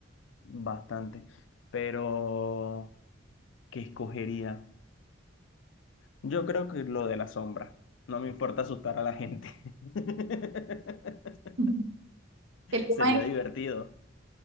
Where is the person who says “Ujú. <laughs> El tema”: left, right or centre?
Right